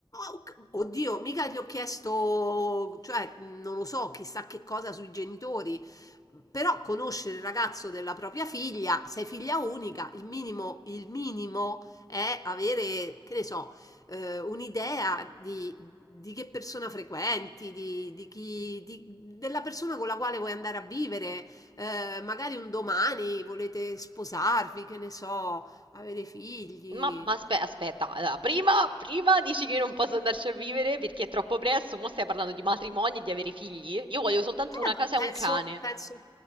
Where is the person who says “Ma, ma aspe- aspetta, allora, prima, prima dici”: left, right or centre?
Right